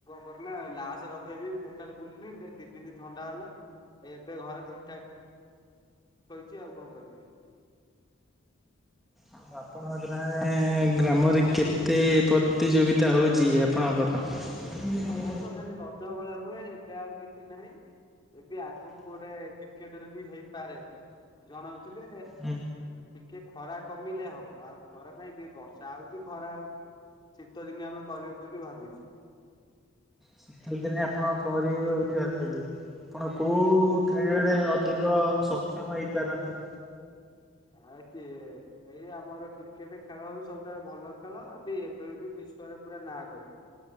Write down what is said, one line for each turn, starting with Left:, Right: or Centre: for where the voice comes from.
Left: ବର୍ଷ <unintelligible> ଲାଷ୍ଟ୍ ରଜଦିନ ମୁଁ ଟୋଟାଲି ବୁଲିନି ଯେ ଦିଦିନି ଥଣ୍ଡା ହେଲା। ଏବେ ଘରେ ଠିକ ଠାକ୍, ଶୋଇଛି ଆଉ କଣ କରିବି।
Centre: ଆଉ ଆପଣଙ୍କ ଗାଁ ଗ୍ରାମରେ କେତେ ପ୍ରତିଯୋଗିତା ହଉଛି ଆପଣଙ୍କର <unintelligible>
Left: ଆମର ତ ଖାଲି ରଜ ବେଳେ ହୁଏ ଏବେ ଆଉ କିଛି ନାହିଁ। ଏବେ ଆଗକୁ ଗୋଟେ କ୍ରିକେଟ୍ ରେ ବି ହେଇପାରେ। ଜଣାଉଥିଲେ
Centre: ହୁଁ
Left: ଟିକେ ଖରା କମିଲେ ହବ। ଆଉ ଖରା ନାଇଁ <unintelligible> ବର୍ଷ ଷା ହଉଛି ଖରା ହଉଛି ଶୀତଦିନ ଆମେ କରିବୁ ବୋଲି ଭାବିଛୁ।
Centre: ଶୀତ ଦିନେ ଆପଣ କରିବେ ବୋଲି ଭାବିଛନ୍ତି। ଆପଣ କୋଉ
Left: ହଁ
Centre: କ୍ରୀଡ଼ାରେ ଅଧିକ ସକ୍ଷମ ହେଇପାରନ୍ତି?
Left: ଆ କିଏ? ଏଇ ଆମର କ୍ରିକେଟ୍ ଖେଳ ହଉ ସବୁଠାରୁ ଭଲ ଖେଳ ବି ଏବେ ବିଶ୍ୱରେ ପୁରା ନାଁ କରିବ।